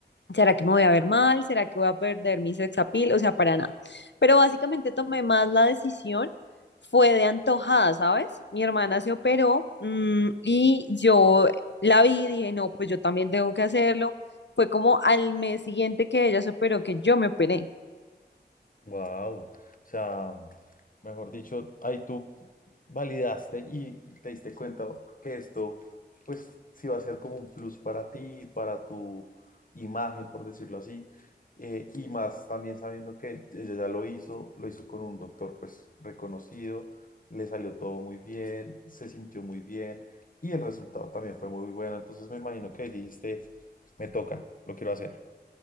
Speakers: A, on the left; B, on the left.
A: ¿Será que me voy a ver mal? ¿Será que voy a perder mi sex appeal? O sea, para nada. Pero básicamente tomé más la decisión, fue de antojada, ¿sabes? Mi hermana se operó mm, y yo la vi y dije, no, pues yo también tengo que hacerlo. Fue como al mes siguiente que ella se operó que yo me operé.
B: Wow, o sea, mejor dicho, ahí tú validaste y te diste cuenta que esto, pues, sí va a ser como un plus para ti, para tu imagen, por decirlo así, eh, y más también sabiendo que ella ya lo hizo, lo hizo con un doctor, pues, reconocido, le salió todo muy bien, se sintió muy bien y el resultado también fue muy bueno, entonces me imagino que dijiste, me toca, lo quiero hacer.